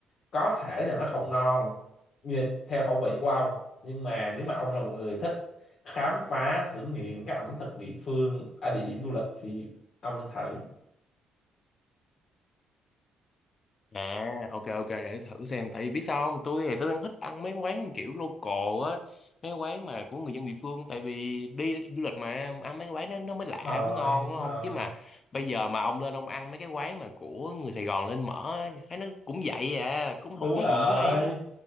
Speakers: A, on the left; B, on the left.
A: có thể là nó không ngon như theo khẩu vị của ông nhưng mà nếu mà ông là một người thích khám phá thử nghiệm các ẩm thực địa phương ở địa điểm du lịch thì ông nên thử
B: À, ok ok để thử xem tại vì biết sao không tôi thì tôi đang thích ăn mấy quán kiểu local á mấy quán mà của người dân địa phương tại vì đi du lịch mà ăn mấy cái quán nó nó mới lạ
A: Đúng rồi,
B: mới ngon
A: đúng
B: đúng không
A: rồi.
B: chứ mà bây giờ mà ông lên ông ăn mấy cái quán mà của người Sài Gòn lên mở á, thấy nó cũng vậy à cũng
A: đúng
B: không khác
A: rồi
B: gì dưới đây đó